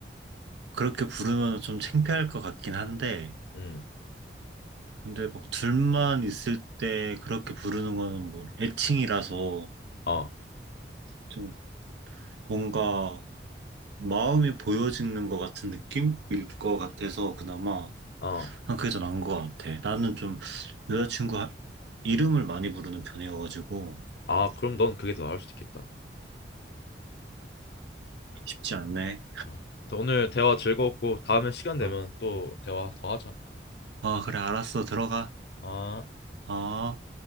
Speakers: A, on the right (about 75°); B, on the left (about 65°).
A: 그렇게 부르면 좀 창피할 것 같긴 한데,
B: 음,
A: 근데 막 둘만 있을 때 그렇게 부르는 거는 뭐 애칭이라서
B: 어,
A: 좀 뭔가 마음이 보여지는 것 같은 느낌일 것 같아서 그나마
B: 어.
A: 한 그게 더 나은 것 같아. 나는 좀 여자친구 하- 이름을 많이 부르는 편이어가지고
B: 아, 그럼 넌 그게 더 나을 수도 있겠다.
A: 쉽지 않네.
B: 아, 아무튼 오늘 대화 즐거웠고 다음에 시간 되면
A: 아,
B: 또 대화 더 하자.
A: 아, 그래 알았어 들어가.
B: 아.
A: 어.